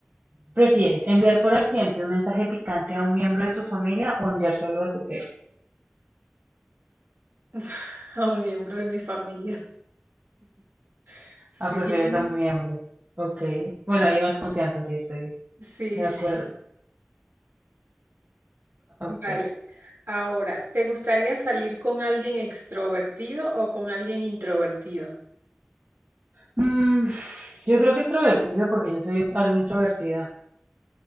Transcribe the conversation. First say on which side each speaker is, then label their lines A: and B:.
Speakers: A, on the right; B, on the right.
A: ¿prefieres enviar por accidente un mensaje picante a un miembro de tu familia o enviárselo a tu jefe?
B: <laughs> A un miembro de mi familia. <laughs>
A: Ah, prefieres
B: Sí.
A: a Mm, un miembro. Ok. Bueno, hay más confianza, sí, estoy
B: Sí,
A: de
B: sí.
A: acuerdo. Ok.
B: Vale. Ahora, ¿te gustaría salir con alguien extrovertido o con alguien introvertido?
A: Mm, yo creo que extrovertido porque yo soy algo introvertida,